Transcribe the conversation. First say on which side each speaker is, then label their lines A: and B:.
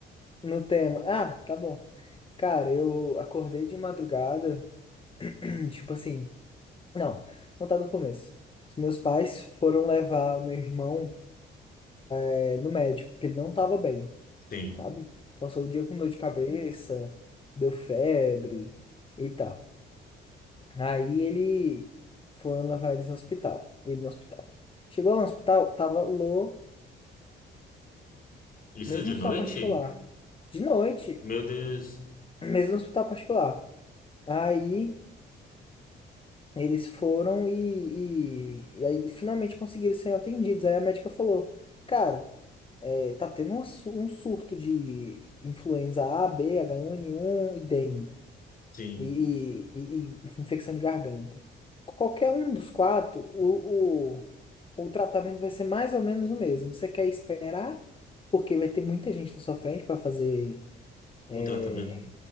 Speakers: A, on the left; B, on the left.
A: no, no tema. Ah, tá bom. Cara, eu acordei de madrugada, <clears throat> tipo assim. Não, vou contar do começo. Os meus pais foram levar o meu irmão. é, no médico, que ele não tava bem,
B: <laughs> Sim.
A: sabe? Passou o dia com dor de cabeça, deu febre e tal. Aí ele foram levar eles no hospital. Ele no hospital. Chegou lá no hospital, tava lotado.
B: Isso
A: Mesmo
B: de
A: hospital
B: noite?
A: particular. De noite,
B: Meu Deus.
A: <clears throat> mesmo hospital particular. Aí eles foram e, e, e aí finalmente conseguiram ser atendidos. Aí a médica falou, cara. É, tá tendo uma su- um surto de influenza A, B, H1N1 e dengue.
B: Sim.
A: E, e- e infecção de garganta. Qualquer um dos quatro, o, o, o tratamento vai ser mais ou menos o mesmo. Você quer esperar, porque vai ter muita gente na sua frente para fazer.
B: O
A: é,
B: tratamento.